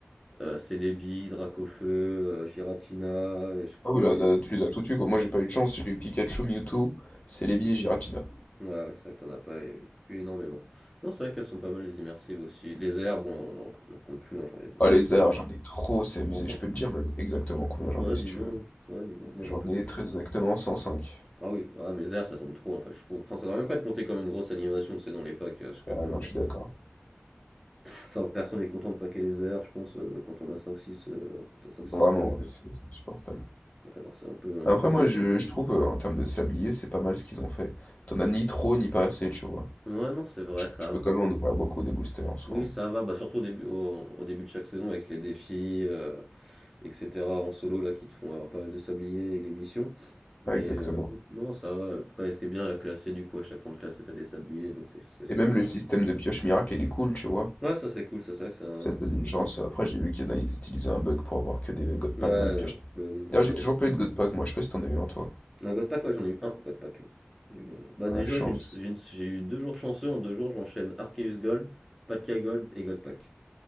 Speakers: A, in the centre; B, on the left.
A: euh, Celebi, Dracofeu, euh, Giratina, et je crois-
B: Ah oui, là,
A: et-
B: là, tu les as toutes eues, quoi. Moi, j'ai pas eu de chance. J'ai eu Pikachu, Mewtwo, Celebi et Giratina.
A: Ouais, ouais, c'est vrai que t'en as pas eu énormément. Non, c'est vrai qu'elles sont pas mal les immersives aussi. Les airs, bon, on en, on en compte plus, hein, j'en ai-
B: Ah, les
A: on a tellement.
B: airs, j'en ai trop, c'est abusé.
A: Bon, j'en
B: Je
A: peux...
B: peux te dire même exactement combien j'en
A: Ouais,
B: ai,
A: dis-moi,
B: si tu veux.
A: ouais, dis-moi, moi
B: J'en
A: j'en peux
B: ai
A: plus.
B: très exactement 105.
A: Ah oui, ouais, mais les airs, ça tombe trop en fait, je trouve. Enfin, ça devrait même pas être compté comme une grosse animation, tu sais, dans les packs, parce que
B: Ah
A: bon.
B: non, je suis d'accord.
A: Enfin, personne n'est content de paquer les heures, je pense, euh, quand on a cinq, six, euh, quand t'as cinq, six,
B: Vraiment,
A: fois les mêmes.
B: c'est insupportable.
A: Ah non, c'est un peu,
B: Après,
A: un peu relou.
B: moi, je, je trouve, euh, en termes de sablier, c'est pas mal ce qu'ils ont fait. T'en as ni trop, ni pas assez, tu vois.
A: Ouais, non, c'est vrai,
B: Tu,
A: ça.
B: tu peux quand même en ouvrir beaucoup des boosters en soi.
A: Oui,
B: hein.
A: ça va, bah, surtout au début, au, au début de chaque saison avec les défis, euh, etc. en solo, là, qui te font avoir pas mal de sabliers et les missions. Mais
B: Ouais, exactement.
A: euh, non, ça va. Après, ce qui est bien, la classe, c'est du coup, à chaque fin de classe, t'as des sabliers, donc c'est c'est
B: Et même
A: cool.
B: le système de pioche miracle, il est cool, tu vois.
A: Ouais, ça c'est cool, ça c'est vrai que c'est un,
B: Ça te donne
A: c'est
B: une
A: un bon
B: chance.
A: ajout.
B: Après, j'ai vu qu'il y en a, ils utilisaient un bug pour avoir que des God Pack
A: Ouais,
B: dans les pioches.
A: bah, bon,
B: D'ailleurs,
A: ça,
B: j'ai toujours pas eu de God Pack, moi. Je sais pas si t'en as eu un, toi.
A: Un God Pack, ouais, j'en ai eu un God Pack. J'ai eu- euh, Bah
B: Ah,
A: déjà,
B: La chance.
A: j'ai une- j'ai une- j'ai eu deux jours chanceux. En deux jours, j'enchaîne Arceus Gold, Patka Gold et God Pack.